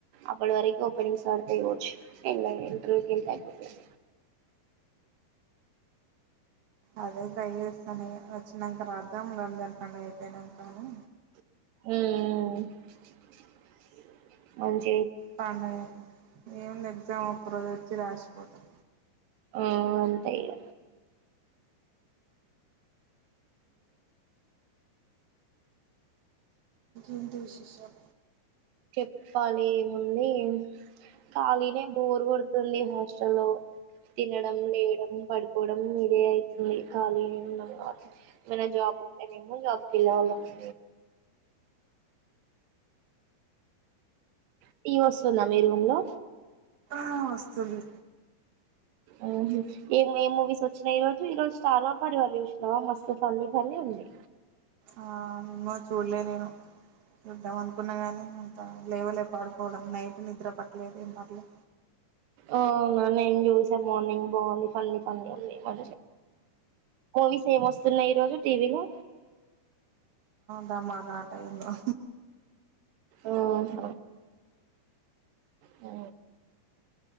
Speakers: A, on the right; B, on the right.
A: అప్పడి వరకు ఓపెనింగ్స్ పడతాయి కావచ్చు మెలగ ఇంటర్వ్యూ కి వెళ్తే అయిపోతాది
B: అదే ట్రై చేస్తాన ఇగ వచ్చినాక రాద్దాం రంజన్ పండుగ అయిపోయినా క అని
A: మ్మ్
B: పండగ ఏముది ఎగ్జామ్ ఒక రోజు వచ్చి రాసి పో టటా
A: ఆ అంతే ఇగ
B: ఏంటి విశేషలు
A: చెప్పులి ఏముంది ఖాళీనే బోర్ కొడుతుంది హాస్టలో తినడం లేయడం పడుకోవడం ఇదే అయితుంది ఖాళీ ఉనా వేరే జాబ్ ఉంటేనేమో జాబ్కి వెళ్ళవాలామ్ టి వస్తుందా మీ రూమ్ లో
B: ఆ వస్తుంది
A: ఆ ఏ ఏ మూవీస్ వచ్చినాయ్ ఈ రోజు ఈ రోజు స్టార్మా పరివళ చూసినవా మస్తు ఫన్నీ ఫన్నీ ఉంది
B: ఆ ఏమో చూడలే నేను చూద్దాం అనుకున్నా కానీ అంత లేవలే పడుకోవడం నైట్ నిద్ర పట్టలేదు ఏం పట్లే
A: అవునా నేను చూసా మార్నింగ్ బాగుంది ఫన్నీ ఫన్నీ గా మూవీస్ ఏం వస్తున్నాయి ఈ రోజు టీవీలో
B: దమాకా అంట ఏమో
A: ఆహ ఓ